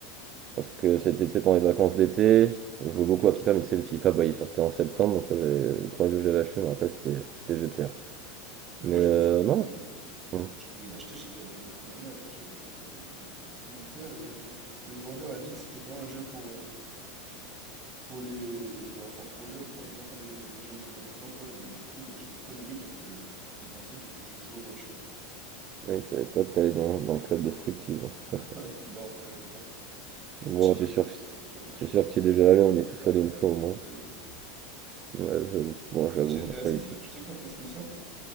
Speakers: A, on the right (about 40°); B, on the right (about 25°).
A: Parce que c'était, tu sais, pendant les vacances d'été, je jouais beaucoup à FIFA, mais tu sais, le FIFA, bah, il sortait en septembre, donc ouais, j'avais- le premier jeu que j'avais acheté, je me rappelle, c'était c'était GTA.
B: Mais
A: Mais
B: moi, je
A: euh,
B: me souviens,
A: non,
B: euh,
A: hum.
B: quand j'ai voulu l'acheter, j'étais allé à Micromania avec, euh, avec euh, mon, mon père et le, le vendeur a dit que c'était pas un jeu pour, euh, pour les, les enfants trop jeunes, enfin les enfants, les, adoles- les jeunes adolescents, quoi. Et du coup, bah, je l'avais quand même eu parce que il pensait que je voulais juste jouer aux voitures, moi.
A: Ouais, c'est à l'époque, t'allais dans, dans le club de striptease.
B: <laughs>
A: hein.
B: Non, quand même pas. Bon,
A: Bon,
B: un petit peu,
A: t'es sûr
B: peut-être,
A: que c'est
B: euh, j'avoue,
A: c'est
B: j'avoue.
A: sûr que tu es déjà allé, on y est tous
B: Ouais,
A: allés une fois
B: on est
A: au
B: tous
A: moins.
B: allés, ouais.
A: Ouais, j'avoue. Moi, j'avoue.
B: Et GTA
A: Après,
B: 6, là, tu sais quand est-ce qu'il sort?